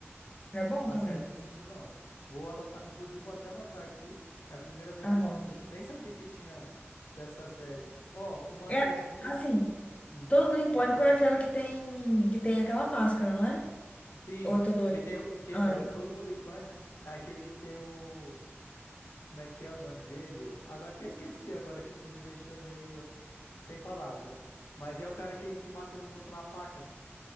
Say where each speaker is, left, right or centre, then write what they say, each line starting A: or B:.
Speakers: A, on the left; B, on the left.
A: É bom
B: A
A: também.
B: série que eu não. Vou anotar, inclusive vou até anotar aqui. É a primeira vez
A: ah
B: que eu
A: não
B: tô ouvindo. Nem sabia que tinha, tinha essa série. Ó, uma
A: É,
B: série assim. tam-
A: assim,
B: Hum,
A: todo mundo em pânico é aquela que tem, que tem aquela máscara, não é?
B: sim,
A: Ou eu tô doida?
B: que tem. o- Que
A: Ah,
B: é,
A: então.
B: o Todo Mundo em Pânico é aquele que tem o. Como é que é o nome dele? Eu, agora até esqueci agora que tu me deixou meio sem palavra. Mas é o cara que, que mata todo mundo na faca.